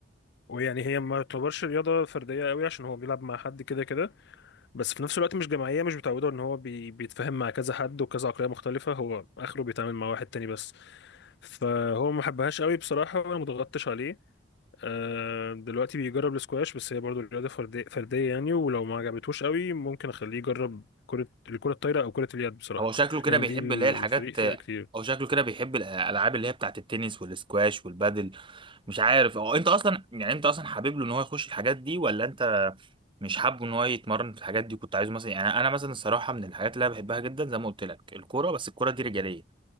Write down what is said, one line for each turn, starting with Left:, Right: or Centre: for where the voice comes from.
Left: ويعني هي ما تعتبرش رياضة فردية قوي عشان هو بيلعب مع حد كده كده بس في نفس الوقت مش جماعية مش متعودة ان هو بي... بيتفاهم مع كذا حد وكذا عقلية مختلفة هو اخره بيتعامل مع واحد تاني بس فهو ما حبهاش قوي بصراحة وانا مضغطتش عليه آه، دلوقتي بيجرب السكواش بس هي برضو رياضة فردية فردية يعني ولو ما عجبتهوش قوي ممكن اخليه يجرب كرة الكرة الطايرة او كرة اليد بصراحة
Right: هو شكله كده
Left: يعني
Right: بيحب
Left: دي الفريق
Right: اللي هي الحاجات
Left: فيها
Right: آه،
Left: كتير
Right: هو شكله كده بيحب الالعاب اللي هي بتاعت التنس والسكواش والبادل مش عارف هو انت اصلا يعني انت اصلا حابب له ان هو يخش الحاجات دي ولا انت مش حابه ان هو يتمرن في الحاجات دي كنت عايزه مثلا يعني انا مثلا الصراحه من الحاجات اللي انا بحبها جدا زي ما قلت لك الكوره بس الكوره دي رجاليه